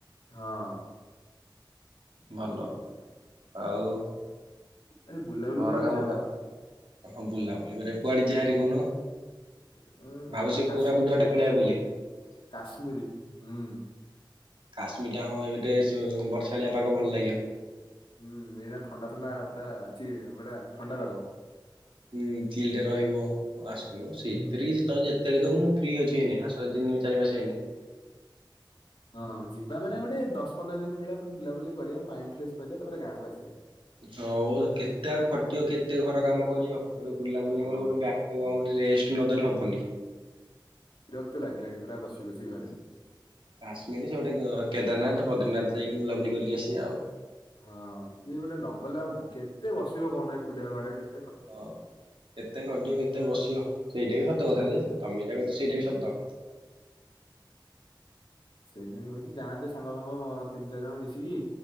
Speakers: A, on the left; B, on the right.
A: ହଁ।
B: ଭଲ ଆଉ
A: ଆରେ ବୁଲା ବୁଲି
B: ଘର
A: କରିବାକୁ
B: କାମ
A: ଯିବା
B: ତା
A: ବା।
B: ହଁ ବୁଲାବୁଲି କରିବାକୁ କୁଆଡେ ଯିଆ ହାରି କହୁନ?
A: <unintelligible> ଉଁ ଭାବୁଥିଲି
B: ଭାବୁଚି
A: କାଶ୍ମୀରୀ
B: କୋରାପୁଟ ଆଡେ
A: ଯିବା,
B: ପଳେଇବା ବୋଲି
A: କାଶ୍ମିରୀ ହୁଁ।
B: କାଶ୍ମୀରଟା ହଁ ଏବେ ଡେ ଯେଉ ବର୍ଷାଳିଆ ପାଗ ଭଲ ଲାଗିବ।
A: ହୁଁ ଏଇନା ଥଣ୍ଡା ଥଣ୍ଡା ପୁରା ଚି ବଢିଆ ଥଣ୍ଡା ପାଗ।
B: ହୁଁ ଚିଲ୍ ଟା ରହିବ ଆସୁନୁ ସେଇଥିରେ
A: ହୁଁ
B: କିଛି ତ ଯେ ଯେତେବେଳେ କହିବ ମୁଁ ଫ୍ରି ଅଛି ଏଇନେ ଆସ ତିନି ଚାରି ମାସେ ହେଇନି।
A: ହଁ <inaudible> ହଁ ହଁ ଯିବା ମାନେ ଗୋଟେ ଦଶ ପନ୍ଦର ଦିନ ଭଳିଆ ବୁଲାବୁଲି କରିବା ମାଇଣ୍ଡ ଫ୍ରେଶ୍ କରିବା ତାପରେ ଗାଁକୁ ଆସିବା।
B: ଯଉ କେତେ ଆଉ ଖଟିବ କେତେ ଘର କାମ କରିବ। ଗୋଟେ ବୁଲାବୁଲା
A: ହଁ
B: ପରେ ଗୋଟେ ବ୍ୟାକପ୍ କଣ ଗୋଟେ ରେଷ୍ଟ୍ ନଦେଲେ ହବନି।
A: ରକ୍ତ ଲାଗିଲାଣି ପୁରା ବସି ବସି ଘରେ।
B: ହୁ କାଶ୍ମୀର ସେ ପଟେ କେଦାରନାଥ୍ ବଦ୍ରୀନାଥ୍ ଯାଇକି ବୁଲାବୁଲି କରିକି ଆସିବା ଆଉ।
A: ହଁ ସିଏ ଗୋଟେ ନଗଲେ ଆଉ ବ କେତେ ବସିବ କହୁନ ଏକୁଟିଆ ଘରେ କେ
B: ହଁ କେତେ ଖଟିବ କେତେ ବସିବ। ସେଇଟା ବି ସତ କଥା
A: ହଁ
B: ଯେ
A: ପରା
B: ତମେ ଯୋଟା କହୁଛ ସେଇଟା
A: ହୁଁ।
B: ବି ସତ।
A: ସେଇଥିାଇଁ କହୁଛି ଯାଆନ୍ତେ ସାଙ୍ଗ ଫାଙ୍ଗ ଅ-ଅ ତିନି ଚାରି ଜଣ ମିଶିକି